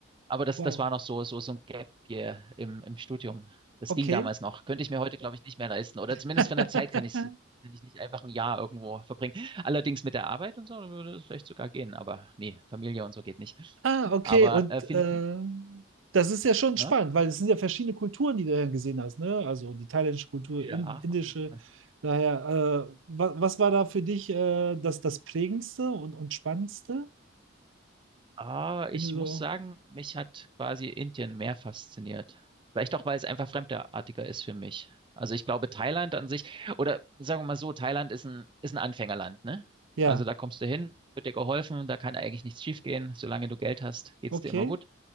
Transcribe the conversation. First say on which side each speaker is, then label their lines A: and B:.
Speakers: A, on the right; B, on the right.
A: Aber das,
B: Wow.
A: das war noch so, so, so ein Gap hier im, im Studium. Das
B: Okay.
A: ging damals noch. Könnte ich mir heute, glaube ich, nicht mehr leisten. Oder
B: <laughs>
A: zumindest von der Zeit kann ich kann ich nicht einfach ein Jahr irgendwo verbringen. Allerdings mit der Arbeit und so würde es vielleicht sogar gehen, aber nee, Familie und so geht nicht.
B: Ah, okay.
A: Aber
B: Und
A: äh, Philippinen,
B: äh, das ist ja schon spannend,
A: hä?
B: weil es sind ja verschiedene Kulturen, die du dann gesehen hast, ne? Also die thailändische Kultur,
A: Ja,
B: in, indische.
A: auf jeden Fall.
B: Daher, äh, was, was war da für dich äh, das, das Prägendste und, und Spannendste?
A: Ah,
B: Wenn
A: ich
B: du so,
A: muss sagen, mich hat quasi Indien mehr fasziniert. Vielleicht auch, weil es einfach fremdartiger ist für mich. Also ich glaube, Thailand an sich, oder sagen wir mal so, Thailand ist ein, ist ein Anfängerland, ne?
B: ja,
A: Also da kommst du hin, wird dir geholfen, da kann eigentlich nichts schiefgehen. Solange du Geld hast, geht's
B: okay,
A: dir immer gut.